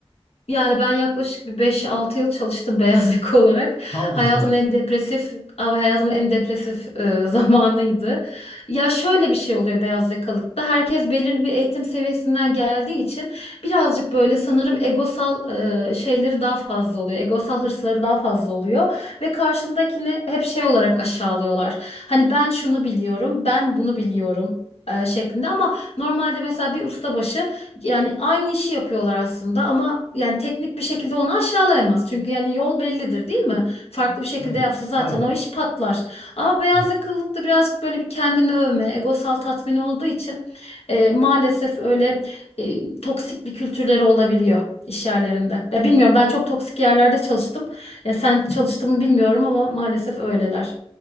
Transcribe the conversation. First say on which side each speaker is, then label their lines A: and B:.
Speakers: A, on the left; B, on the left.
A: Yani ben yaklaşık bir beş-altı yıl çalıştım <laughs> beyaz yaka olarak.
B: Tam
A: Hayatımın
B: uzmanız.
A: en depresif, abi hayatımın en depresif e, <laughs> zamanıydı. Ya şöyle bir şey oluyor beyaz yakalıkta. Herkes belirli bir eğitim seviyesinden geldiği için birazcık böyle sanırım egosal e, şeyleri daha fazla oluyor. Egosal hırsları daha fazla oluyor ve karşındakini hep şey olarak aşağılıyorlar. Hani ben şunu biliyorum, ben bunu biliyorum. e, şeklinde ama normalde mesela bir ustabaşı yani aynı işi yapıyorlar aslında ama yani teknik bir şekilde onu aşağılayamaz. Çünkü yani yol bellidir değil mi? Farklı bir şekilde
B: Aynen.
A: yapsa zaten
B: Aynen.
A: o iş patlar. Ama beyaz
B: Evet.
A: yakalılık da birazcık böyle bir kendini övme, egosal tatmin olduğu için e, maalesef öyle e, toksik bir kültürleri olabiliyor iş yerlerinde. Ya bilmiyorum ben çok toksik yerlerde çalıştım. Ya sen çalıştın mı bilmiyorum ama maalesef öyleler.